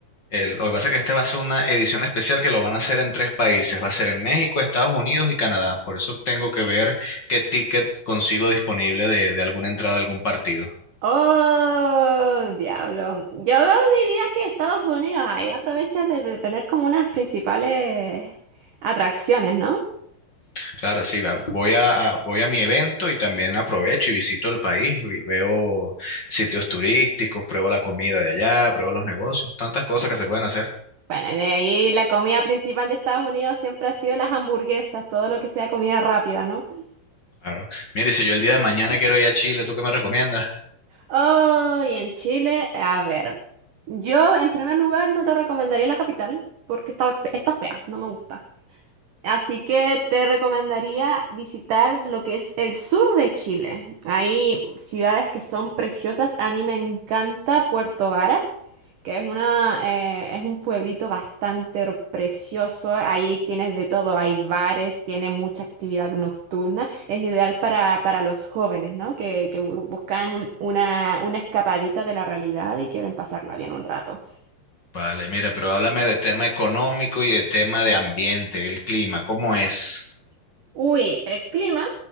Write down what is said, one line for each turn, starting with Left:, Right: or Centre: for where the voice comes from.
Left: El- lo que pasa es que este va a ser una edición especial que lo van a hacer en tres países. Va a ser en México, Estados Unidos y Canadá. Por eso tengo que ver qué ticket consigo disponible de, de alguna entrada a algún partido.
Right: Oh, diablo. Yo diría que Estados Unidos ahí aprovecha de, de tener como unas principales atracciones, ¿no?
Left: Claro, sí, va- voy a, voy a mi evento y también aprovecho y visito el país, vi- veo sitios turísticos, pruebo la comida de allá, pruebo los negocios, tantas cosas
Right: Sí.
Left: que se pueden hacer.
Right: Bueno, de ahí la comida principal de Estados Unidos siempre ha sido las hamburguesas, todo lo que sea comida rápida, no
Left: Claro. Mire, si yo el día de mañana quiero ir a Chile, ¿tú qué me recomiendas?
Right: Oh, y en Chile, a ver, yo en primer lugar no te recomendaría la capital porque está, fe- está fea, no me gusta. Así que te recomendaría visitar lo que es el sur de Chile. Hay ciudades que son preciosas. A mí me encanta Puerto Varas, que es una, eh, es un pueblito bastante precioso. Ahí tienes de todo. Hay bares, tiene mucha actividad nocturna. Es ideal para, para los jóvenes, ¿no? Que, que bu- buscan una, una escapadita de la realidad y quieren pasarla bien un rato.
Left: Vale, mira, pero háblame de tema económico y de tema de ambiente, el clima, ¿cómo es?
Right: Uy, el clima.